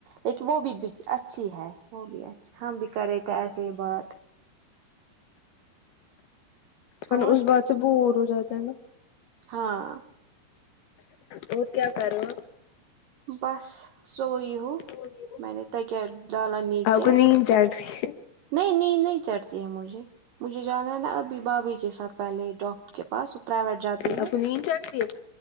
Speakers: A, on the right; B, on the left.
A: لیکن وہ بھی کیون اچھی ہے وہ بھی اچا ہم بھی کرے تھے ایسے ہی بات
B: ان
A: اور
B: اس بات سے بور ہو جاتا ہے نا
A: ہاں
B: اور کیا کر رہو ہو
A: بس سوئی ہوو
B: ہو
A: <unintelligible> میں نے ت کیا ل نیچے
B: آپ کو نیند چڑھ رہی ہے
A: نہیں نیند نہیں چڑتی ہے مجھے مجھے جانا ہے نا ابھی بابھی کے ساتھ پہلے ڈاک کے پاس وہ پرائیویٹ جاتی
B: آپ
A: ہے
B: کو نیند چڑتی ہے